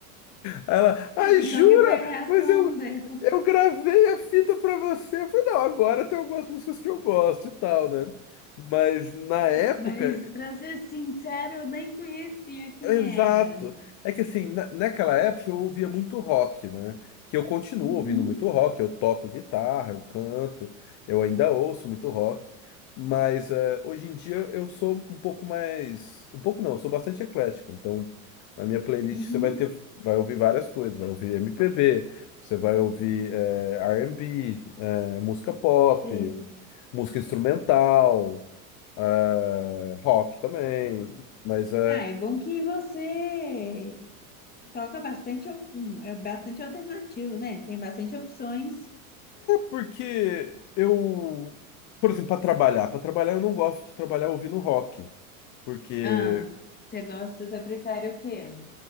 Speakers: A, on the left (about 40°); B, on the left (about 20°).
A: Aí Ela, ai,
B: E
A: jura?
B: qual que foi a reação
A: Mas eu,
B: dela?
A: eu gravei a fita pra você. Eu falei, não, agora tem algumas músicas que eu gosto e tal, né? Mas na época
B: Mas, para ser sincero, eu nem conhecia quem
A: Exato.
B: era.
A: É que assim, na- naquela época eu ouvia muito rock, né? Que eu continuo
B: Uhum,
A: ouvindo muito rock, eu toco guitarra, eu canto, eu ainda ouço muito rock. Mas eh, hoje em dia eu sou um pouco mais. Um pouco não, eu sou bastante eclético. Então, na minha playlist
B: uhum,
A: você vai ter, vai ouvir várias coisas, vai ouvir MPB, você vai ouvir eh, R&B, eh, música pop,
B: sei.
A: música instrumental, eh, rock também. Mas é.
B: Ah, é bom que você toca bastante, al- é bastante alternativo, né? Tem bastante opções.
A: Porque eu, por exemplo, para trabalhar, para trabalhar eu não gosto de trabalhar ouvindo rock, porque
B: Ah, você gosta, você prefere o quê?